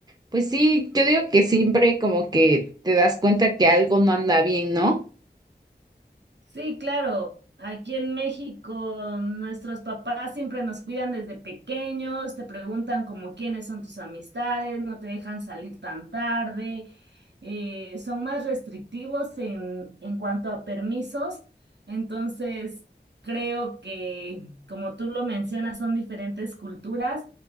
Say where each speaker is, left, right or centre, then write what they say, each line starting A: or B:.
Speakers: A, on the right (about 25°); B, on the right (about 85°).
A: pues sí, yo digo que siempre como que te das cuenta que algo no anda bien, ¿no?
B: Sí, claro. Aquí en México, nuestros papás siempre nos cuidan desde pequeños, te preguntan como quiénes son tus amistades, no te dejan salir tan tarde, eh, son más restrictivos en, en cuanto a permisos. Entonces, creo que, como tú lo mencionas, son diferentes culturas.